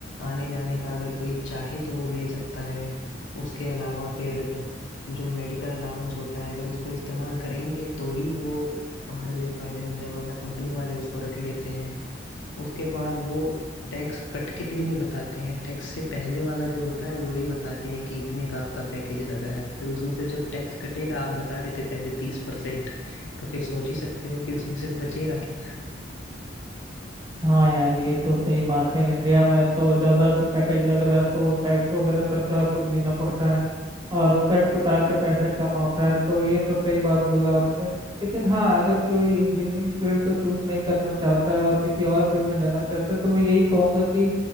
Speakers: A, on the left; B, on the right.
A: आने जाने का अगर कोई चाहे तो वो ले सकता है उसके अलावा फिर जो मेडिकल अलाउंस होता है अगर उसको इस्तेमाल करेंगे तो ही वो हमारे लिए फायदेमंद है वरना कंपनी वाले उसको रख लेते हैं उसके बाद वो टैक्स कट के भी नहीं बताते हैं टैक्स से पहले वाला जो होता है वही बताते हैं कि इतने का आपका पैकेज लगा है फिर उसमें से जब टैक्स कटेगा आप बता रहे थे पहले तीस परसेंट तो फिर सोच ही सकते हो कि उसमें से बचेगा क्या
B: हाँ यार ये तो सही बात है इंडिया में तो ज़्यादा अगर पैकेज लग रहा है तो वो टैक्स वगैरह सरकार को भी देना पड़ता है और कट कुटा के पैसा कम आता है तो ये तो सही बात बोला आपने लेकिन हाँ अगर कोई इंजीनियरिंग फील्ड को चूज नहीं करना चाहता है और किसी और फील्ड में जाना चाहता है तो मैं यही कहूँगा कि